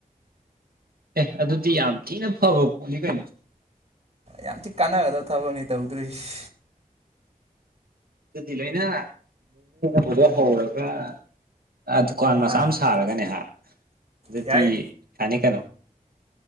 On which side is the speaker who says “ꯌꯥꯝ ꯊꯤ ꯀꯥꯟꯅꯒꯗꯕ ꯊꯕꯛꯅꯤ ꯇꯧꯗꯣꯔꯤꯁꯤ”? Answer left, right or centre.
Right